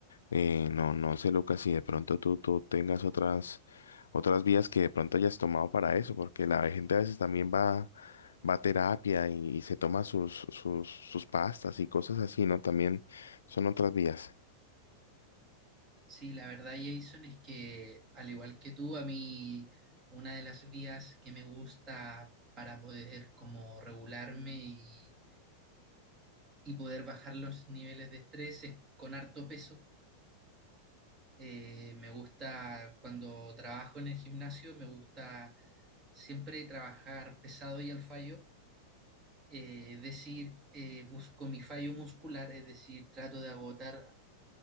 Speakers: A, on the left; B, on the right.
A: Eh, no, no sé, Lucas, si de pronto tú, tú tengas otras, otras vías que de pronto hayas tomado para eso, porque la gente a veces también va, va a terapia y, y se toma sus, sus, sus pastas y cosas así, ¿no? También son otras vías.
B: Sí, la verdad, Jason, es que al igual que tú, a mí una de las vías que me gusta para poder como regularme y, y poder bajar los niveles de estrés es con harto peso. Eh, me gusta cuando trabajo en el gimnasio, me gusta siempre trabajar pesado y al fallo. Eh, es decir, eh, busco mi fallo muscular, es decir, trato de agotar